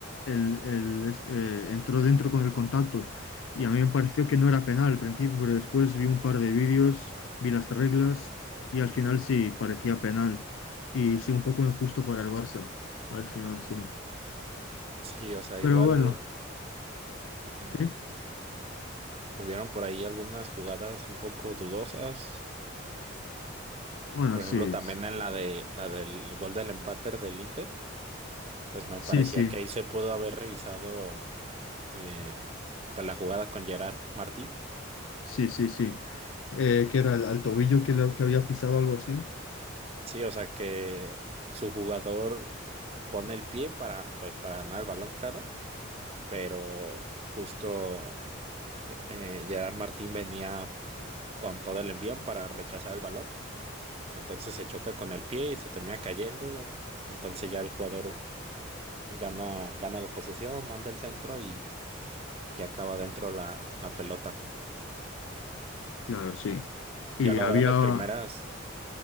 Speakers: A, on the left; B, on the right.
A: el, el, es- eh, entró dentro con el contacto y a mí me pareció que no era penal al principio, pero después vi un par de vídeos, vi las reglas y al final sí, parecía penal y sí, un poco injusto para el Barça, al final sí.
B: Sí, o sea,
A: Pero
B: igual
A: bueno.
B: eh,
A: Sí,
B: hubieron por ahí algunas jugadas un poco dudosas.
A: bueno,
B: Por
A: sí,
B: ejemplo, también
A: sí,
B: en la de la del gol del empate del Inter, pues me
A: sí,
B: parecía
A: sí,
B: que ahí se pudo haber revisado eh, pues la jugada con Gerard Martín.
A: sí, sí. sí. Eh, que era el, al tobillo que, le- que había pisado algo así.
B: Sí, o sea que su jugador pone el pie para, pues, para ganar el balón, claro, pero justo eh, Gerard Martín venía con todo el envión para rechazar el balón, entonces se choca con el pie y se termina cayendo, entonces ya el jugador gana, gana la posesión, manda el centro y, y acaba dentro la, la pelota.
A: Claro, sí. Y
B: Yo la
A: había,
B: verdad de primeras,